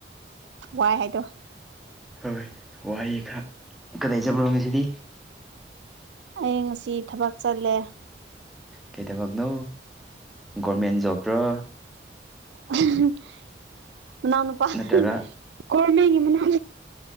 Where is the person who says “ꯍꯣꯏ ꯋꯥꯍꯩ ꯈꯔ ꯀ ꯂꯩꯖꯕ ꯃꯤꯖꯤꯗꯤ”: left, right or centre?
Centre